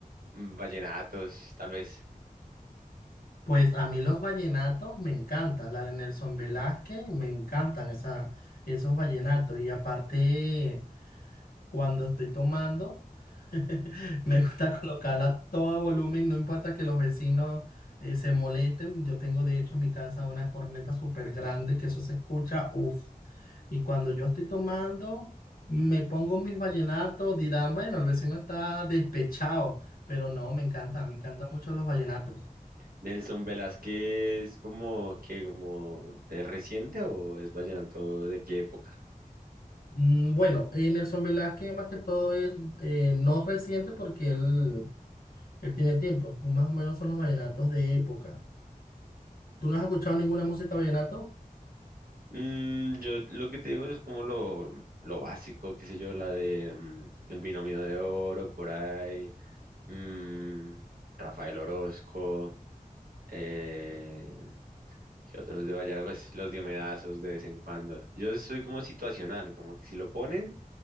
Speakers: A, on the right (about 80°); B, on the left (about 85°).
A: mm, vallenatos, tal vez.
B: pues a mí los vallenatos me encantan, la de Nelson Velázquez, me encantan esa, esos vallenatos. Y aparte, cuando estoy tomando, <laughs> Me gusta colocarla a todo volumen, no importa que los vecinos eh, se molesten. Yo tengo de hecho en mi casa una corneta súper grande que eso se escucha, uff. Y cuando yo estoy tomando, me pongo mis vallenatos, dirán, bueno, el vecino está despechado, pero no, me encanta, me encantan mucho los vallenatos.
A: Nelson Velázquez, como que, como, ¿es reciente o es vallenato de qué época?
B: Mm, Bueno, eh, Nelson Velázquez más que todo es eh, no reciente porque él, él tiene tiempo, más o menos son los vallenatos de época. ¿Tú no has escuchado ninguna música vallenato?
A: Mm, yo lo que te digo es como lo, lo básico, qué sé yo, la de mm, El Binomio de Oro, por ahí, mm, Rafael Orozco, eh, que otros de Vallenar, pues los diomedazos de vez en cuando. Yo soy como situacional, como que si lo ponen,